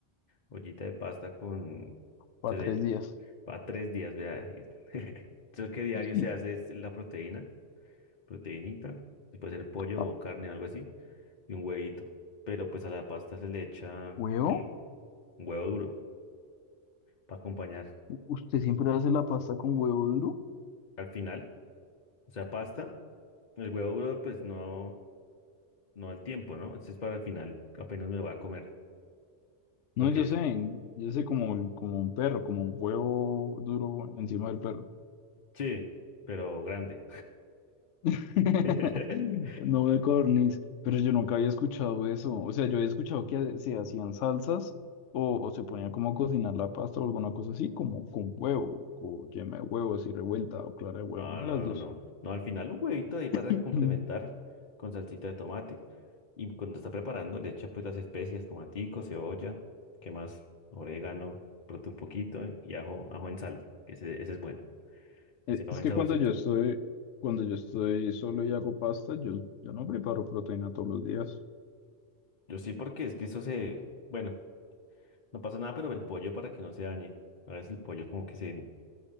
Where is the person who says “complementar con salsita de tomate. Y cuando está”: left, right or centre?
Left